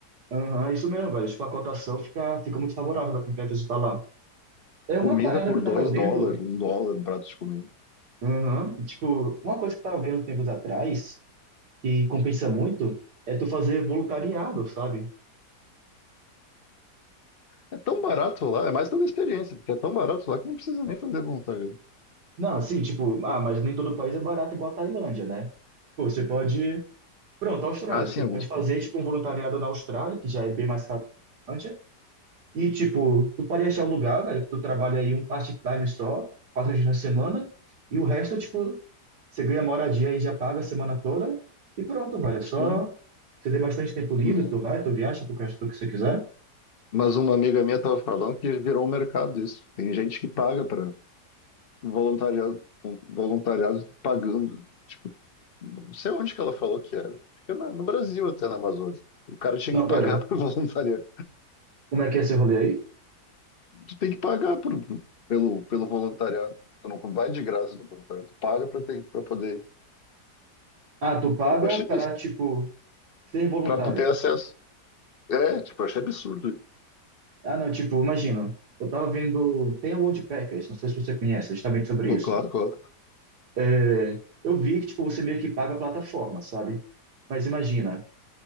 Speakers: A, on the right; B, on the left.
A: aham, é isso mesmo, velho. Tipo, a cotação fica, fica muito favorável pra quem quer visitar lá. É
B: Comida
A: uma parada
B: por
A: que eu
B: 2
A: tava vendo,
B: dólares, um dólar, um prato de comida.
A: aham, tipo, uma coisa que eu tava vendo tempos atrás, que compensa muito, é tu fazer voluntariado, sabe?
B: É tão barato lá, é mais pela experiência, porque é tão barato lá que não precisa nem fazer voluntariado.
A: Não, assim, tipo, ah, mas nem todo país é barato igual a Tailândia, né? Pô, você pode. Pronto, Austrália.
B: Ah, sim,
A: Você
B: alguns.
A: pode fazer,
B: né?
A: tipo, um voluntariado na Austrália, que já é bem mais caro que a Islândia. E, tipo, tu pode achar um lugar, velho, que tu trabalha aí um part-time só, quatro dias na semana, e o resto, tipo, você ganha moradia e já paga a semana toda, e pronto, velho. É só
B: Sim.
A: você ter bastante tempo livre,
B: Não.
A: tu vai, tu viaja, tu conhece tudo que você quiser.
B: Mas uma amiga minha estava falando que virou um mercado isso. Tem gente que paga para voluntariado, voluntariado pagando. Tipo, não sei onde que ela falou que era. Fica na- no Brasil até, na Amazônia. O cara tinha
A: Não,
B: que pagar
A: pera.
B: <laughs> para voluntariar.
A: Como é que é esse rolê aí?
B: tu tem que pagar por- por- pelo, pelo voluntariado. Tu não vai de graça do voluntariado, tu paga para ter, para poder.
A: Ah, tu paga
B: Eu achei
A: para, tipo, ser voluntário.
B: para ter acesso. É, tipo, eu achei absurdo.
A: Ah, não, tipo, imagina. Eu tava vendo. Tem a World Packers, não sei se você conhece, justamente sobre
B: Cl-
A: isso.
B: Claro, claro.
A: É, eu vi que tipo, você meio que paga a plataforma, sabe? Mas imagina,